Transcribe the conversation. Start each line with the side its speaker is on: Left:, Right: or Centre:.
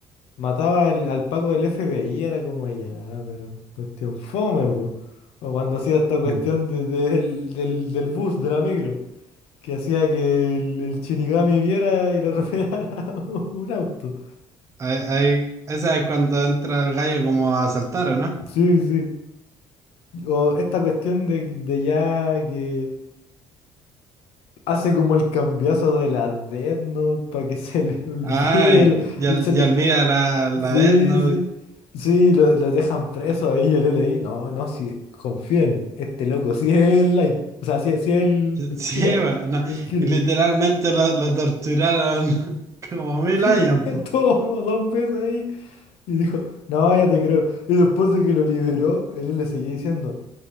Left: mataba al, al Paco del FBI era como ya, pero cuestión fome, po. O cuando hacía esta cuestión
Right: Mm.
Left: de- de- del, del del bus, de la micro. que hacía que el, el Shinigami viera y lo atropellara <laughs> un auto.
Right: Ahí- ahí- esa es cuando entra el gallo como a asaltar, ¿o no?
Left: Sí, sí. O esta cuestión de, de ya que hace como el cambiazo de la Death Note para que se le <laughs> olvide
Right: Ay,
Left: el,
Right: ya,
Left: el- se
Right: ya
Left: le-
Right: olvida la, la
Left: sí,
Right: vez, ¿no?
Left: sí. Sí, lo, lo dejan preso ahí, yo le leí. No, no, sí, confíen, este loco, sí es el Light, o sea, sí, sí es el,
Right: <laughs>
Left: el
Right: Sí,
Left: Kira,
Right: va, no.
Left: el Kira.
Right: Y literalmente lo, lo torturaron <laughs> como mil años,
Left: <laughs> Estuvo
Right: po.
Left: como dos veces ahí Y dijo, no, ya te creo. Y después de que lo liberó, él le seguía diciendo,